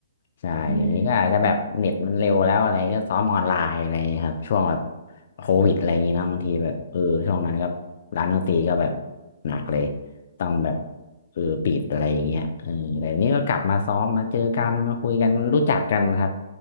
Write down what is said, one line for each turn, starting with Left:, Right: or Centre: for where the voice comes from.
Left: ใช่เดี๋ยวนี้ก็อาจจะแบบเน็ตมันเร็วแล้วอะไรก็ซ้อมออนไลน์อะไรอย่างเงี้ยครับช่วงแบบ
Right: อืม
Left: โควิดอะไรอย่างงี้เนอะบางทีแบบเออช่วงนั้นก็ร้านดนตรีก็แบบหนักเลย ต้องแบบเออปิดอะไรอย่างเงี้ยเออแต่นี่ก็กลับมาซ้อมมาเจอกันมาคุยกันรู้จักกันครับ